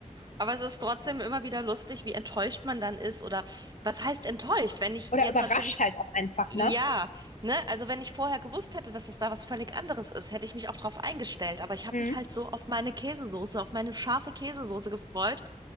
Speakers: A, on the right; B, on the left.
A: Aber es ist trotzdem immer wieder lustig, wie enttäuscht man dann ist oder was heißt enttäuscht? Wenn ich
B: Oder
A: jetzt
B: überrascht
A: natürlich
B: halt auch einfach,
A: Ja,
B: ne?
A: ne, also wenn ich vorher gewusst hätte, dass das da was völlig anderes ist, hätte ich mich auch drauf eingestellt. Aber ich habe
B: Hm,
A: mich halt so auf meine Käsesoße, auf meine scharfe Käsesoße gefreut.